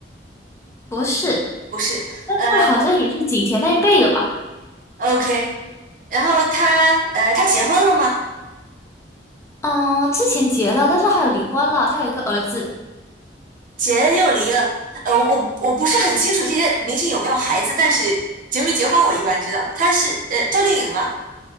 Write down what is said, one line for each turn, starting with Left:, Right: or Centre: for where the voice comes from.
Left: 不是，
Right: 不是。呃
Left: 那好像也是景甜那一辈的吧，
Right: ，OK，然后她呃，她结婚了吗？
Left: 嗯，之前结了，但是还有离婚了，她有一个儿子
Right: 结又离了。呃，我我不是很清楚这些明星有没有孩子，但是结没结婚我一般知道。她是呃赵丽颖吗？